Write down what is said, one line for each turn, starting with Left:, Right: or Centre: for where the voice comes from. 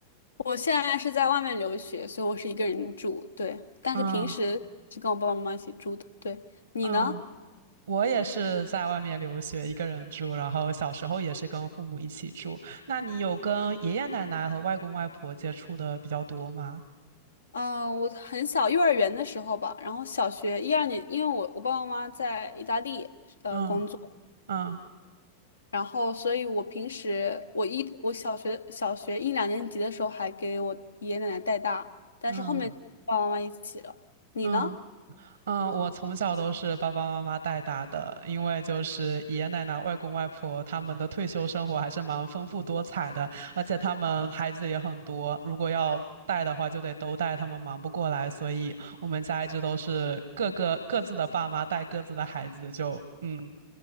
Left: 我现在是在外面留学，所以我是一个人住，对，但是平时是跟我爸爸妈妈一起住的，
Right: 嗯
Left: 对，你呢？
Right: 嗯。我也是在外面留学，一个人住，然后小时候也是跟父母一起住。那你有跟爷爷奶奶和外公外婆接触的比较多吗？
Left: 嗯，我很小，幼儿园的时候吧，然后小学一二年，因为我我爸爸妈妈在意大利呃工作，
Right: 嗯嗯
Left: 然后所以我平时我一我小学小学一两年级的时候还给我爷爷奶奶带大，但是后面爸爸妈妈一起了。
Right: 嗯
Left: 你呢？
Right: 嗯嗯，我从小都是爸爸妈妈带大的，因为就是爷爷奶奶、外公外婆他们的退休生活还是蛮丰富多彩的，而且他们孩子也很多，如果要带的话就得都带，他们忙不过来，所以我们家一直都是各个各自的爸妈带各自的孩子，就嗯，